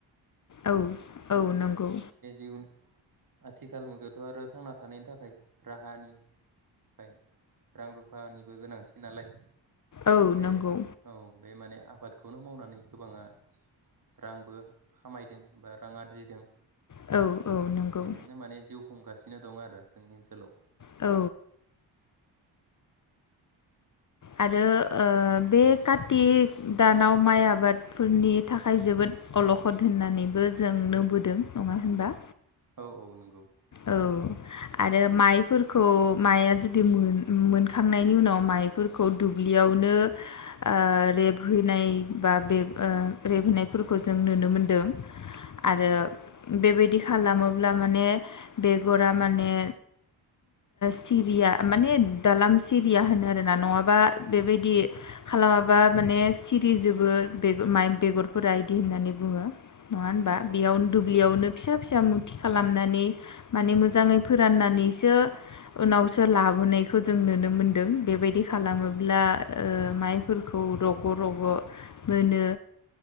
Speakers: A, on the left; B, on the right.
A: औ औ नंगौ
B: इयुन आथिखाल मुगायावथ' आरो थांना थानायनि थाखाय राहानि थाखाय रां रुफानिबो गोनांथि नालाय
A: औ
B: बे
A: नंगौ
B: औ बे माने आबादखौनो मावनानै गोबाङा रांबो खामायदों बा रां आरजिदों
A: औ औ नंगौ
B: बेजोंनो माने जिउ खुंगासिनो बिनो दं आरो जोंनि ओनसोलाव
A: औ आरो बे कारति दानाव माइ आबादफोरनि थाखाय जोबोद अलखद होननानैबो जों नुबोदों नङा होनबा
B: औ औ नोंगौ
A: औ आरो माइफोरखौ माया जुदि मोनखांनायनि उनाव माइफोरखौ दुब्लियावनो ओ रेबहैनाय बा बे रेबहोनायफोरखौ जों नुनो मोनदों आरो
B: औ औ
A: बेबायदि खालामोब्ला माने बेगरा माने सिरिया माने द्लाम सिरिया होनो आरोना नङाबा बेबायदि खालामाबा माने सिरिजोबो माइ बेगरफोरा इदि होननानै बुङो नङा होनबा
B: औ औ
A: बेयावनो दुब्लियावनो
B: औ
A: फिसा फिसा खालामनानै माने मोजाङै फोराननानैसो उनावसो लाबोनायखौ जों नुनो मोनदों बेबायदि खालामोब्ला ओ माइफोरखौ रग' रग' मोनो